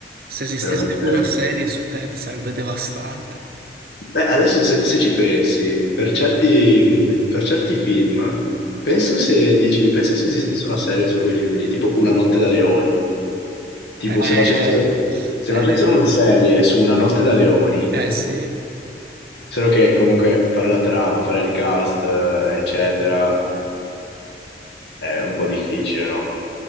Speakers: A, on the right; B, on the left.
A: Se esistesse
B: Veramente.
A: una serie su Ted sarebbe devastante.
B: Beh, adesso se, se ci pensi, per certi, mh, per certi film, penso se dici, penso se esistesse una serie su quei film lì, tipo Una notte da leoni. Tipo,
A: Eh,
B: se facessero, se
A: eh,
B: facessero una serie su Una notte da leoni,
A: Eh sì.
B: solo che comunque fare la trama, fare il cast, eh, eccetera, è un po' difficile, no?